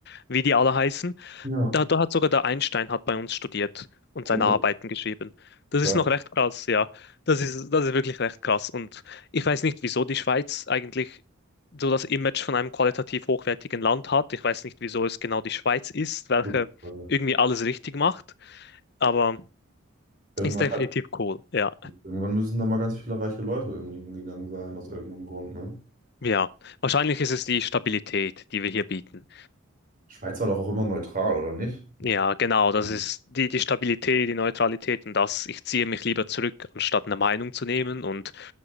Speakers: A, on the left; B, on the right.
A: wie die alle heißen.
B: Ja,
A: Da, da hat sogar der Einstein hat bei uns studiert und
B: cool.
A: seine Arbeiten geschrieben. Das
B: Geil.
A: ist noch recht krass, ja. Das ist, das ist wirklich recht krass. Und ich weiß nicht, wieso die Schweiz eigentlich so das Image von einem qualitativ hochwertigen Land hat. Ich weiß nicht, wieso es genau die Schweiz ist, welche
B: Gut. Also,
A: irgendwie alles richtig macht. Aber
B: Irgendwann,
A: ist definitiv
B: hat,
A: cool, ja.
B: irgendwann müssen da mal ganz viele reiche Leute irgendwie hingegangen sein, aus irgendeinem Grund, ne?
A: Ja, wahrscheinlich ist es die Stabilität, die wir hier bieten.
B: Schweiz war doch auch immer neutral, oder nicht?
A: Ja, genau, das
B: Hm.
A: ist die, die Stabilität, die Neutralität und das, ich ziehe mich lieber zurück, anstatt eine Meinung zu nehmen und